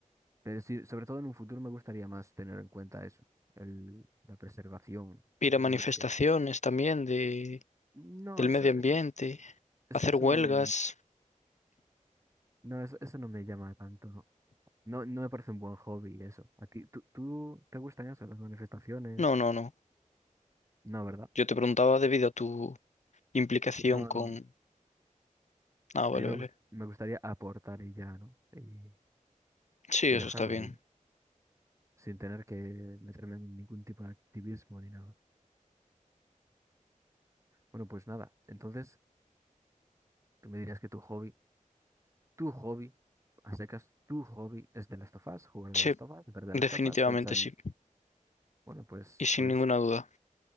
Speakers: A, on the right; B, on the left.
A: pero sí, sobre todo en un futuro me gustaría más tener en cuenta eso, el, la preservación
B: Ir
A: del
B: a manifestaciones
A: medio ambiente.
B: también de,
A: No,
B: del
A: eso,
B: medio ambiente,
A: eso, es-
B: hacer
A: eso,
B: huelgas.
A: no me, no, eso, eso no me llama tanto, ¿no? No, no me parece un buen hobby eso. ¿A ti, tú, tú te gustan eso, las manifestaciones?
B: No, no, no.
A: No, ¿verdad?
B: Yo te preguntaba debido a tu implicación
A: No,
B: con...
A: no, no.
B: Ah, vale,
A: A mí me,
B: vale.
A: gust- me gustaría aportar y ya, ¿no? Y,
B: Sí,
A: y
B: eso
A: dejarla
B: está bien.
A: ahí, sin tener que meterme en ningún tipo de activismo ni nada. Bueno, pues nada. Entonces, tú me dirías que tu hobby, tu hobby, a secas, tu hobby es de las tofas, jugar de
B: Sí,
A: las tofas, ver de
B: definitivamente
A: las tofas, pensar en,
B: sí.
A: bueno, pues,
B: Y sin
A: pues,
B: ninguna duda.